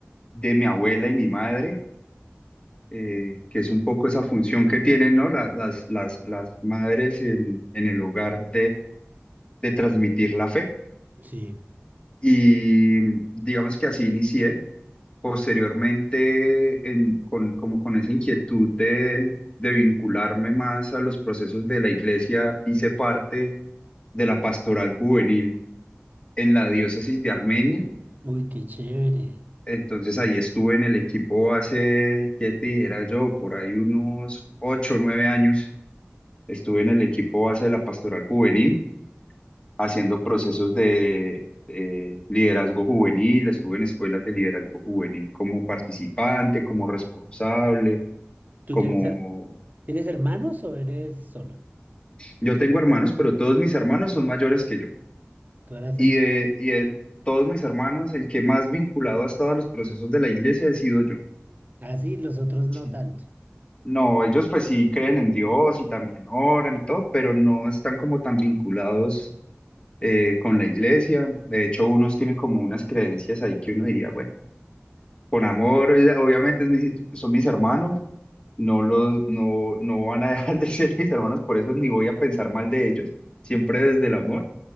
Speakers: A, on the left; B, on the right.
A: de mi abuela y mi madre, eh, que es un poco esa función que tienen, ¿no? La- Las, las, las madres en, en el hogar de transmitir la fe.
B: Sí.
A: Y mm, digamos que así inicié. Posteriormente, en- con, como con esa inquietud de, de vincularme más a los procesos de la iglesia, hice parte de la pastoral juvenil en la diócesis de Armenia.
B: Uy, qué chévere.
A: Entonces ahí estuve en el equipo hace, ¿qué te dijera yo? Por ahí unos ocho o nueve años. Estuve en el equipo base de la pastoral juvenil haciendo procesos de eh, liderazgo juvenil, estuve en escuelas de liderazgo juvenil como participante, como responsable,
B: ¿Tú
A: como...
B: tienes, her- tienes hermanos o eres solo?
A: Yo tengo hermanos, pero todos mis hermanos son mayores que yo.
B: Tú eras
A: Y
B: el... pe-
A: de, y de todos mis hermanos, el que más vinculado ha estado a los procesos de la iglesia he sido yo.
B: Ah, sí, los otros no
A: Sí.
B: tanto.
A: No, ellos pues sí creen en Dios y también oran y todo, pero no están como tan vinculados eh, con la iglesia. De hecho, unos tienen como unas creencias ahí que uno diría, bueno. con amor, ella- obviamente es mi- son mis hermanos, no los, no, no van a dejar de <laughs> ser mis hermanos, por eso ni voy a pensar mal de ellos, siempre desde el amor,